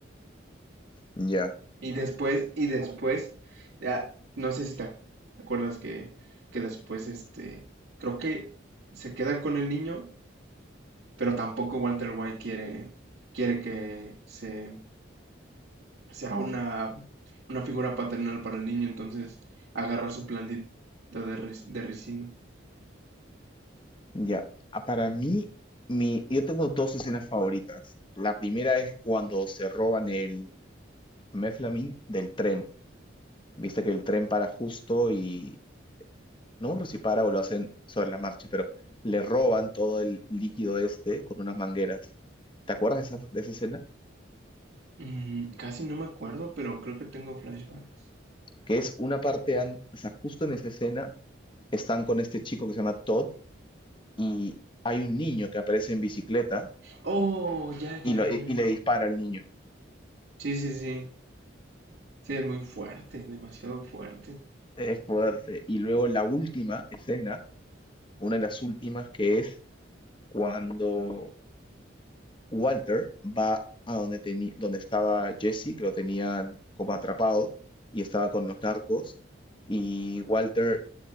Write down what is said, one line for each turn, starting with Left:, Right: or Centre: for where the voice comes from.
Left: Ya.
Right: Y después, y después, ya, no sé si te acuerdas que, que después, este, creo que se queda con el niño, pero tampoco Walter White quiere, quiere que se, sea una, una figura paternal para el niño, entonces agarra su plantita de, res- de ricino.
Left: Ya, Ah, para mí, mi, yo tengo dos escenas favoritas. La primera es cuando se roban el Meflamin del tren. Viste que el tren para justo y no me acuerdo si para o lo hacen sobre la marcha, pero le roban todo el líquido este con unas mangueras. ¿Te acuerdas de esa, de esa escena?
Right: Mm, casi no me acuerdo, pero creo que tengo flashbacks.
Left: Que es una parte, an- o sea, justo en esa escena están con este chico que se llama Todd y hay un niño que aparece en bicicleta
Right: Oh, ya, ya,
Left: y, lo-
Right: ya.
Left: y y le dispara al niño.
Right: Sí, sí, sí. Sí, es muy fuerte, demasiado fuerte.
Left: Es fuerte. Y luego la última escena, una de las últimas, que es cuando Walter va a donde, teni- donde estaba Jesse, que lo tenían como atrapado y estaba con los narcos. Y Walter